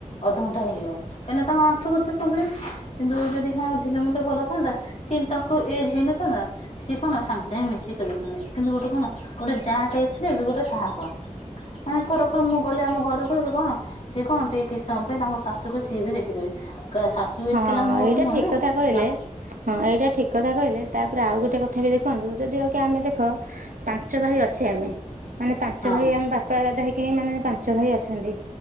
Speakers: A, on the left; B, on the right.
A: ଅଧଘଣ୍ଟେ ହେଇଯିବ। କାହିଁକି ତାଙ୍କ ଆଣ୍ଠୁଗଣ୍ଠି ପ୍ରୋବ୍ଲେମ। କିନ୍ତୁ ଯଦି ହଁ ଦିହ ମୁଣ୍ଡି ଭଲ ଥାଆନ୍ତା। କିନ୍ତୁ ତାଙ୍କୁ ଏଜ୍ ହେଇନଥାନ୍ତା। ସିଏ କଣ ସାଙ୍ଗେ ସାଙ୍ଗେ ମିଶି କରିଦେଇଥିଲେ। କିନ୍ତୁ ଗୋଟେ କଣ ଗୋଟେ ଯାଆଟେ ହେଇଥିଲେ ଏବେ ଗୋଟେ ସାହସ। ମାନେ ଏଥର ମୁଁ ଗଲେ ଆମ ଘରକୁ ବ କଣ ସିଏ କହନ୍ତି। କିଛି ସମୟ ପାଇଁ ତାଙ୍କ ଶାଶୁକୁ ସିଏ ବି ଦେଖିଦେବେ। ଶାଶୁ ହେଇଥିଲା
B: ହଁ
A: ମୋର
B: ଏଇଟା
A: ନୁହଁ
B: ଠିକ
A: ନା
B: କଥା
A: ତା
B: କହିଲେ। ହଁ ଏଇଟା ଠିକ୍ କଥା କହିଲେ ତାପରେ ଆଉ ଗୋଟେ କଥା ବି ଦେଖନ୍ତୁ। ଯଦି ଆଉ କି ଆମେ ଦେଖ ପାଞ୍ଚ ଭାଇ ଅଛେ ଆମେ। ମାନେ ପାଞ୍ଚ
A: ହଁ
B: ଭାଇ ଆମେ ବା ବାପା ଦାଦା ହେଇକି ଏମାନେ ପାଞ୍ଚ ଭାଇ ଅଛନ୍ତି।